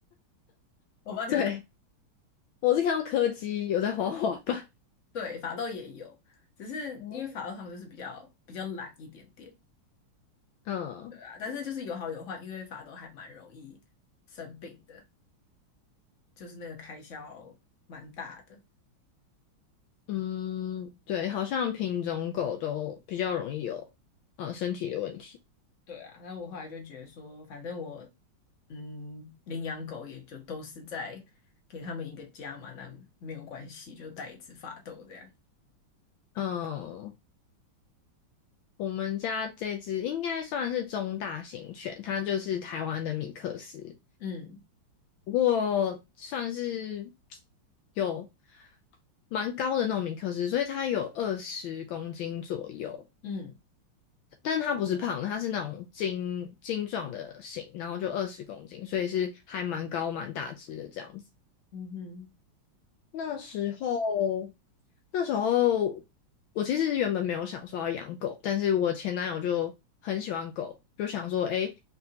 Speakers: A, on the left; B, on the left.
A: <laughs> 我不知道你们看，
B: 对，我是看到柯基有在滑滑板。
A: 对，法斗也有，只是因为法斗他们就是比较比较懒一点点，
B: 哦嗯
A: 对啊，但是就是有好有坏，因为法斗还蛮容易生病的，就是那个开销蛮大的。
B: 嗯，对，好像品种狗都比较容易有呃身体的问题。
A: 对啊，那我后来就觉得说，反正我嗯领养狗也就都是在给他们一个家嘛，那没有关系，就带一只法斗这样。
B: 嗯，我们家这只应该算是中大型犬，它就是台湾的米克斯，
A: 嗯
B: 不过算是有蛮高的那种米克斯，所以它有二十公斤左右，
A: 嗯
B: 但它不是胖的，它是那种精精壮的型，然后就二十公斤，所以是还蛮高蛮大只的这样子。
A: 嗯哼
B: 那时候，那时候我其实原本没有想说要养狗，但是我前男友就很喜欢狗，就想说，诶，